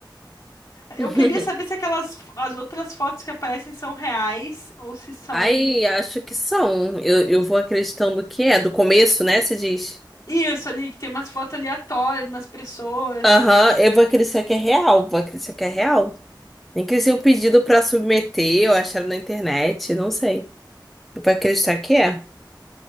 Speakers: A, on the left; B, in the centre.
A: Eu
B: <laughs>
A: queria saber se aquelas as outras fotos que aparecem são reais ou se são
B: Ai, acho que são. Eu, eu vou acreditando que é. Do começo, né? Você diz.
A: Isso ali, que tem umas fotos aleatórias de umas pessoas.
B: Aham, eu vou acreditar que é real. Vou acreditar que é real. Nem que seja um pedido pra submeter ou achar na internet, não sei. Eu vou acreditar que é.